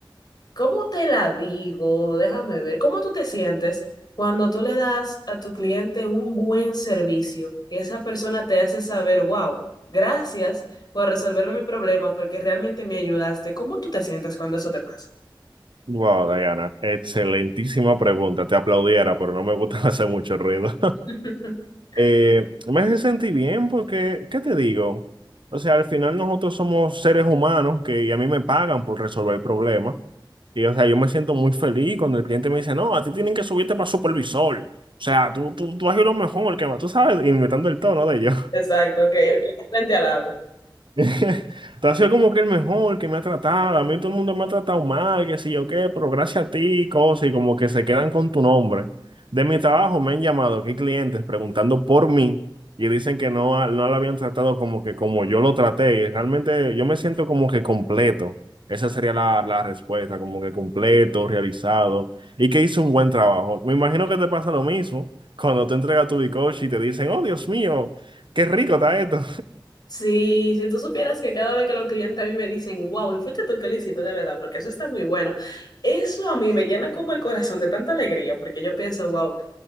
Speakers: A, on the left; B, on the right.
A: ¿Cómo te la digo? Déjame ver. ¿Cómo tú te sientes cuando tú le das a tu cliente un buen servicio? Que esa persona te hace saber, wow, gracias por resolverme mi problema porque realmente me ayudaste. ¿Cómo tú te sientes cuando eso te pasa?
B: Wow, Diana, excelentísima pregunta. Te aplaudiera, pero no me gusta <laughs> hacer mucho ruido.
A: <laughs>
B: Eh, me hace sentir bien porque, ¿qué te digo? O sea, al final nosotros somos seres humanos que y a mí me pagan por resolver problemas. Y, o sea, yo me siento muy feliz cuando el cliente me dice, no, a ti tienen que subirte para supervisor. O sea, tú, tú, tú haces lo mejor que más, tú sabes, inventando el tono de ello.
A: Exacto, que, que frente al lago.
B: <laughs> Tú has sido como que el mejor que me ha tratado. A mí todo el mundo me ha tratado mal, que sé yo qué, pero gracias a ti, cosas, y como que se quedan con tu nombre. De mi trabajo me han llamado aquí clientes preguntando por mí y dicen que no, a- no lo habían tratado como que como yo lo traté. Y realmente yo me siento como que completo. Esa sería la, la respuesta, como que completo, realizado y que hizo un buen trabajo. Me imagino que te pasa lo mismo cuando tú entregas tu bizcocho y te dicen, oh Dios mío, qué rico está esto.
A: Sí, si tú supieras que cada vez que los clientes a mí me dicen, wow, y fuiste tú que lo hiciste de verdad, porque eso está muy bueno, eso a mí me llena como el corazón de tanta alegría, porque yo pienso, wow.